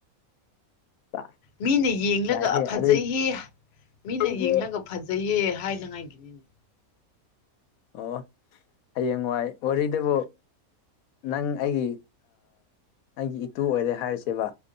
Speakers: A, on the left; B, on the left.
A: ꯆꯥꯁ
B: ꯃꯤꯅ ꯌꯦꯡꯂꯒ
A: ꯌꯥꯏꯍꯦ
B: ꯐꯖꯩꯍꯦ
A: ꯑꯗꯨ
B: ꯃꯤꯅ
A: ꯑꯩꯒꯤ
B: ꯌꯦꯡꯂꯒ ꯐꯖꯩꯍꯦ ꯍꯥꯏꯥꯏꯖꯉꯥꯏꯒꯤꯅꯤꯅꯦ
A: ꯑꯣ ꯍꯌꯦꯡ ꯋꯥꯏ ꯋꯥꯔꯤꯗꯕꯨ ꯅꯪ ꯑꯩꯒꯤ ꯑꯩꯒꯤ ꯏꯇꯨ ꯑꯣꯏꯔꯦ ꯍꯥꯏꯔꯤꯁꯦꯕ